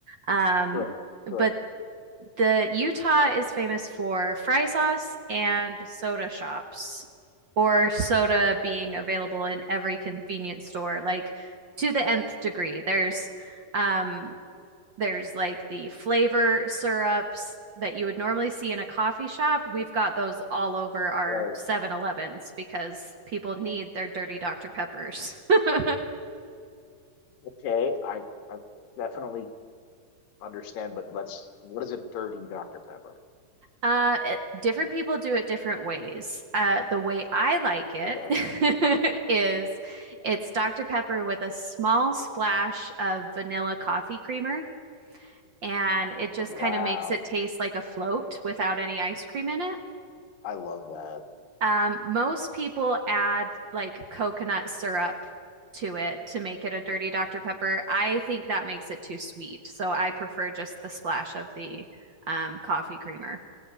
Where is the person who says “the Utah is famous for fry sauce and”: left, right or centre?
Right